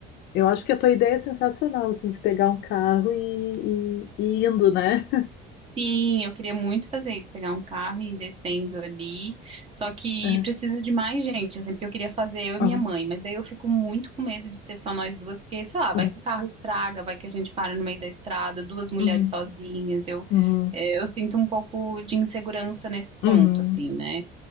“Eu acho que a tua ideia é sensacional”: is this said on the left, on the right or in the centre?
Left